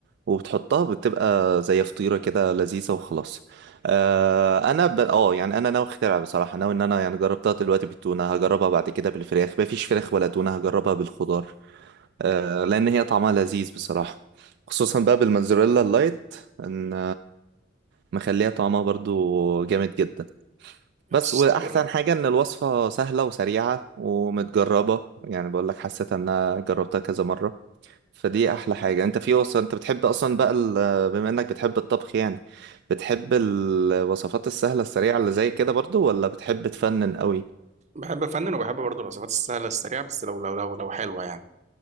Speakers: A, on the right; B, on the right.
A: وبتحطها بتبقى زي فطيره كده لذيذه وخلاص آه انا ب... اه يعني انا ناوي اخترع بصراحه ناوي ان انا يعني جربتها دلوقتي بالتونه هجربها بعد كده بالفراخ ما فيش فراخ ولا تونه هجربها بالخضار آه لان هي طعمها لذيذ بصراحه خصوصا بقى بالموزاريلا اللايت ان مخليها طعمها برضو جامد جدا
B: يا
A: بس
B: اسطوره
A: واحسن حاجة ان الوصفة سهلة وسريعة ومتجربة يعني بقول لك حسيت ان انا جربتها كذا مرة فدي احلى حاجة انت في وصفة انت بتحب اصلا بقى ال- بما انك بتحب الطبخ يعني بتحب الوصفات السهلة السريعة اللي زي كده برضو ولا بتحب تفنن قوي
B: بحب افنن وبحب برضه الوصفات السهلة السريعة بس لو لو لو لو حلوة يعني.